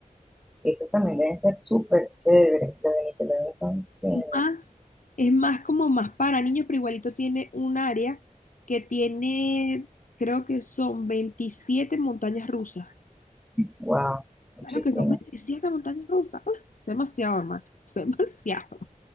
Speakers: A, in the centre; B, on the left (about 70°).
A: Eso también deben ser súper chéveres, los venezolanos son genios.
B: Más, es más como más para niños, pero igualito tiene un área que tiene, creo que son 27 montañas rusas.
A: Wow, muchísimo.
B: ¿Sabes lo que son 27 montañas rusas? Uf, demasiado, hermano. <laughs> es Demasiado.